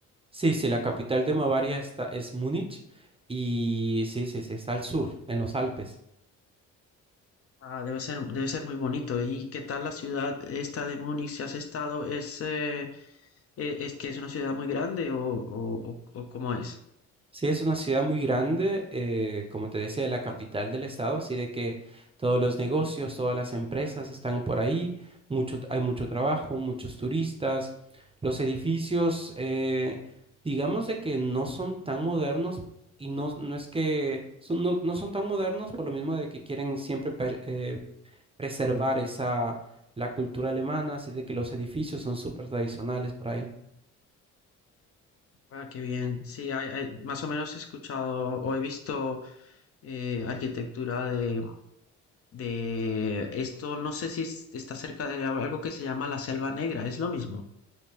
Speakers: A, on the right; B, on the left.
A: Sí, sí, la capital de Bavaria está, es Múnich y sí, sí, sí, está al sur, en los Alpes.
B: Ah, debe ser, debe ser muy bonito. ¿Y qué tal la ciudad esta de Múnich si has estado? ¿Es, eh, eh, es que es una ciudad muy grande o, o, o- o cómo es?
A: Sí, es una ciudad muy grande, eh, como te decía, la capital del estado, así de que todos los negocios, todas las empresas están por ahí, mucho, hay mucho trabajo, muchos turistas, los edificios, eh, digamos de que no son tan modernos y no, no es que son- no, no son tan modernos por lo mismo de que quieren siempre per- eh, preservar esa, la cultura alemana, así de que los edificios son súper tradicionales por ahí.
B: Ah, qué bien. Sí, hay, hay- más o menos he escuchado o he visto eh, arquitectura de, de esto, no sé si es- está cerca de algo que se llama la Selva Negra, es lo mismo.